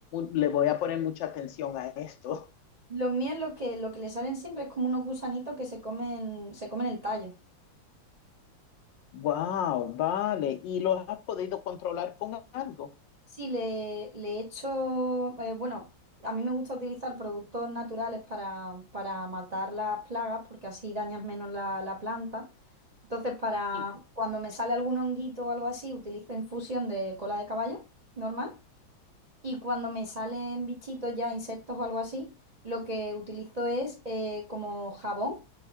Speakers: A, on the left; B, on the right.
A: le voy a poner mucha atención a esto. <laughs>
B: Los míos lo que, lo que le salen siempre es como unos gusanitos que se comen, se comen el tallo.
A: Wow, vale. ¿Y lo has podido controlar con algo?
B: Sí, le, le echo, eh, bueno, a mí me gusta utilizar productos naturales para, para matar las plagas porque así dañas menos la, la planta. Entonces, para
A: Sí.
B: cuando me sale algún honguito o algo así, utilizo infusión de cola de caballo normal. Y cuando me salen bichitos ya, insectos o algo así, lo que utilizo es eh, como jabón,